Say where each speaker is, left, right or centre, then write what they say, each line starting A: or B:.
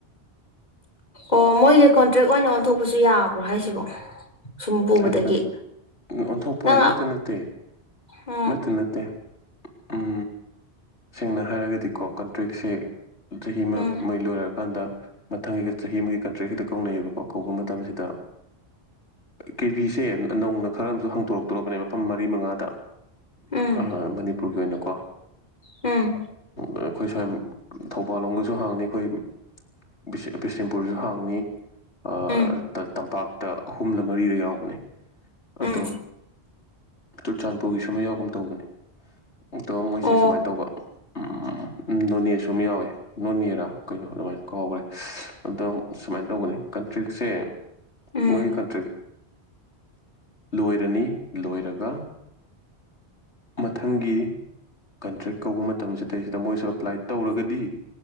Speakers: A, on the left; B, on the left.
A: ꯑꯣ ꯃꯣꯏꯌꯦ ꯀꯣꯟꯇ꯭ꯔꯦꯛ ꯑꯣꯏꯅ ꯑꯣꯟꯊꯣꯛꯄꯁꯨ ꯌꯥꯕ꯭ꯔꯣ ꯍꯥꯏꯁꯤꯕꯣ ꯁꯨꯝ ꯄꯨꯕꯗꯒꯤ
B: ꯍꯥꯏꯗꯤ ꯀꯟ ꯑꯣꯟꯊꯣꯛꯄ
A: ꯅꯪ
B: ꯅꯠꯇ ꯅꯠꯇꯦ
A: ꯎꯝ
B: ꯅꯠꯇꯦ ꯅꯠꯇꯦ ꯑꯝ ꯁꯦꯡꯅ ꯍꯥꯏꯔꯒꯗꯤꯀꯣ ꯀꯟꯇ꯭ꯔꯦꯛꯁꯦ ꯆꯍꯤ ꯃ
A: ꯎꯝ
B: ꯃꯩ ꯂꯣꯏꯔꯑꯀꯥꯟꯗ ꯃꯊꯪꯒꯤꯒ ꯆꯍꯤ ꯑꯃꯒꯤ ꯀꯟꯇ꯭ꯔꯦꯛ ꯍꯤꯇ ꯀꯧꯅꯩꯌꯦꯕꯀꯣ ꯀꯧꯕ ꯃꯇꯝꯁꯤꯗ ꯀꯦꯕꯤꯁꯦ ꯅꯧꯅ ꯈꯔꯑꯝꯁꯨ ꯍꯥꯡꯗꯣꯔꯛꯇꯣꯔꯕꯅꯦ ꯐꯝ ꯃꯔꯤ ꯃꯉꯥꯗ
A: ꯎꯝ
B: ꯑ ꯃꯅꯤꯄꯨꯔꯒꯤ ꯑꯣꯏꯅꯀꯣ
A: ꯎꯝ
B: ꯑ ꯑꯈꯣꯏ ꯁ꯭ꯋꯥꯏꯝ ꯊꯧꯕꯥꯜ ꯂꯣꯝꯒꯁꯨ ꯍꯥꯡꯅꯤ ꯑꯩꯈꯣꯏ ꯕꯤꯁꯦ ꯕꯤꯁꯦꯝꯄꯨꯔꯖꯨ ꯍꯥꯡꯅꯤ ꯑ
A: ꯎꯝ
B: ꯇ ꯇꯝꯄꯥꯛꯇ ꯑꯍꯨꯝꯂ ꯃꯔꯤꯔ ꯌꯥꯎꯕꯅꯤ
A: ꯎꯝ
B: ꯑꯗꯣ ꯆꯨꯔꯆꯥꯟꯄꯨꯒꯤꯁꯨꯃ ꯌꯥꯎꯒꯨꯝ ꯇꯧꯕꯅꯦ ꯑꯗꯣ ꯃꯣꯏꯁꯦ
A: ꯑꯣ
B: ꯁꯨꯃꯥꯏ ꯇꯧꯕ ꯎꯝ ꯑꯝ ꯅꯣꯅꯦꯁꯨ ꯑꯃ ꯌꯥꯎꯋꯦ ꯅꯣꯅꯦꯔꯥ ꯀꯩꯅꯣ ꯑꯗꯨꯃꯥꯏꯟ ꯀꯥꯎꯒꯔꯦ ꯑꯗꯣ ꯁꯨꯃꯥꯏꯟ ꯇꯧꯕꯅꯤ ꯀꯟꯇ꯭ꯔꯤꯛꯁꯦ
A: ꯎꯝ
B: ꯃꯣꯏꯒꯤ ꯀꯟ ꯂꯣꯏꯔꯅꯤ ꯂꯣꯏꯔꯒ ꯃꯊꯪꯒꯤ ꯀꯟꯇ꯭ꯔꯦꯛ ꯀꯧꯕ ꯃꯇꯝꯁꯤꯗꯩꯁꯤꯗ ꯃꯣꯏꯁꯨ ꯑꯦꯄ꯭ꯂꯥꯏ ꯇꯧꯔꯒꯗꯤ